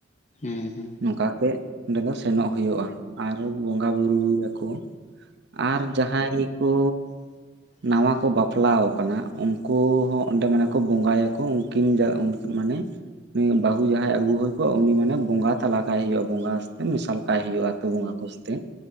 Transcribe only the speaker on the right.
ᱱᱚᱝᱠᱟ ᱠᱟᱛᱮ ᱚᱸᱰᱮ ᱫᱚ ᱥᱮᱱᱚᱜ ᱦᱩᱭᱩᱜᱼᱟ ᱟᱨ ᱵᱚᱸᱜᱟ ᱵᱨᱭᱟᱠᱚ ᱟᱨ ᱡᱟᱦᱟᱸᱭ ᱠᱚ
ᱱᱟᱣᱟ ᱠᱚ ᱵᱟᱯᱞᱟ ᱟᱠᱟᱱᱟ ᱩᱱᱠᱩ ᱦᱚᱸ ᱚᱸᱰᱮ ᱢᱟᱱᱮ ᱠᱚ ᱵᱚᱸᱜᱟᱭᱟᱠᱚ ᱩᱱᱠᱤᱱ ᱡ ᱢᱟᱱᱮ ᱩᱱᱤ ᱵᱟᱹᱦᱩ ᱡᱟᱦᱟᱸᱭ ᱟᱹᱜᱩ ᱦᱩᱭ ᱠᱚᱜᱼᱟ ᱩᱱᱤ ᱢᱟᱱᱮ ᱵᱚᱸᱜᱟ ᱛᱟᱞᱟ ᱠᱟᱭ ᱦᱩᱭᱩᱜᱼᱟ ᱵᱚᱸᱜᱟ ᱢᱮᱥᱟᱞ ᱠᱟᱭ ᱦᱩᱭᱩᱜᱼᱟ ᱟᱛᱳ ᱵᱚᱸᱜᱟ ᱠᱩᱥ ᱛᱮ